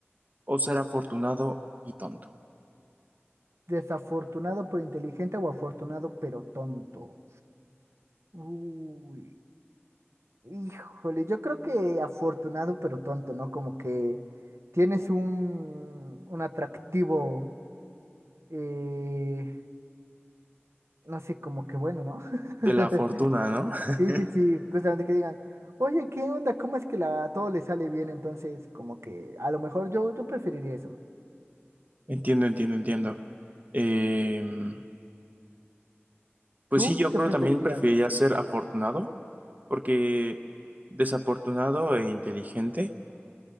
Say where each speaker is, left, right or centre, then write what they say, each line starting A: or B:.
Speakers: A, on the right; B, on the right.
A: o ser afortunado y tonto?
B: Desafortunado pero inteligente o afortunado pero tonto. Uy, híjole, yo creo que afortunado pero tonto, ¿no? Como que tienes un, un atractivo, eh, no sé, como que bueno, ¿no?
A: De
B: <laughs>
A: la fortuna, ¿no? <laughs>
B: Sí, sí, sí, justamente que digan, oye, ¿qué onda? ¿Cómo es que la, a todo le sale bien? Entonces, como que a lo mejor yo, yo preferiría eso.
A: Entiendo, entiendo, entiendo. Em, pues
B: ¿Tú
A: sí, yo
B: qué
A: creo
B: preferirías?
A: que también preferiría ser afortunado, porque desafortunado e inteligente.